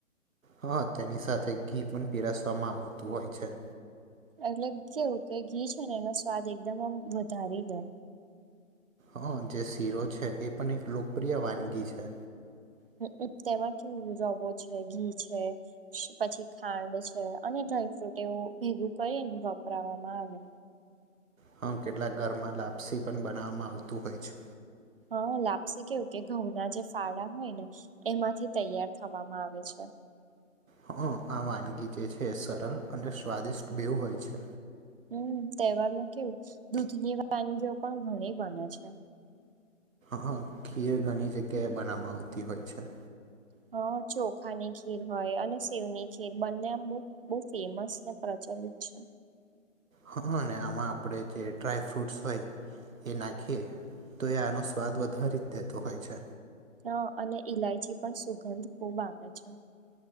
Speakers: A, on the right; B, on the right.
A: હા તેની સાથે ઘી પણ પીરસવામાં આવતું હોય છે.
B: એટલે કેવું કે ઘી છે ને એનો સ્વાદ એકદમ આમ વધારી દે.
A: હ જે શીરો છે એ પણ એક લોકપ્રિય વાનગી છે.
B: હ તેમાં કેવું રવો છે ઘી છે. પછી ખાંડ છે અને ડ્રાયફ્રુટ એવું ભેગું કરીને વપરાવામાં આવે
A: હા કેટલાક ઘરમાં લાપસી પણ બનાવવામાં આવતું હોય છે
B: હા લાપસી કેવું કે ઘઉં ના જે ફાળા હોય ને એમાંથી તૈયાર થવામાં આવે છે
A: હં આ વાનગી જે છે એ સરળ અને સ્વાદિષ્ટ બેવ હોય છે
B: હમ તહેવાર માં કેવું દૂધની વાનગીઓ પણ ઘણી બને છે
A: હા ખીર ઘણી જગ્યાએ બનાવવામાં આવતી હોય છે
B: હ ચોખાની ખીર હોય અને સેવની ખીર બંને આમ બ બહુ ફેમસ ને પ્રચલિત છે
A: હા અને આમાં આપણે જે ડ્રાયફ્રૂટસ હોય એ નાખીએ તો એ આનો સ્વાદ વધારી દેતો હોય છે
B: હા અને ઇલાયચી પણ સુગંધ ખુબ આપ છે